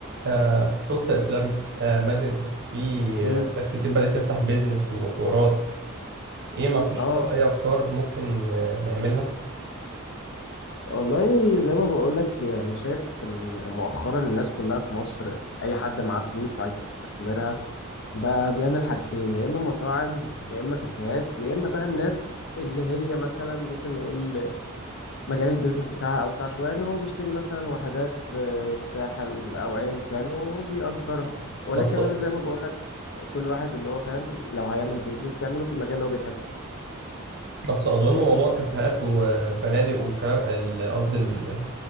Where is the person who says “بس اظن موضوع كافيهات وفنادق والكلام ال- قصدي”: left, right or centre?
Right